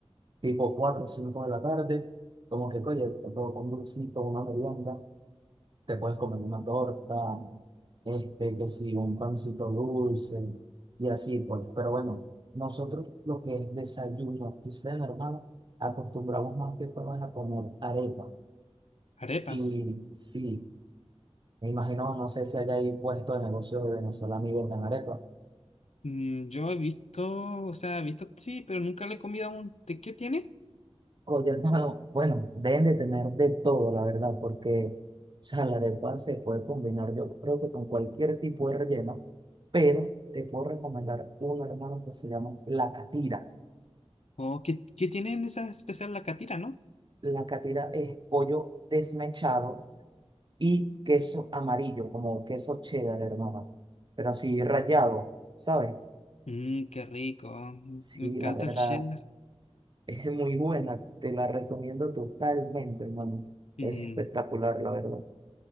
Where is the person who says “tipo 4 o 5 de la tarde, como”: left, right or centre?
Right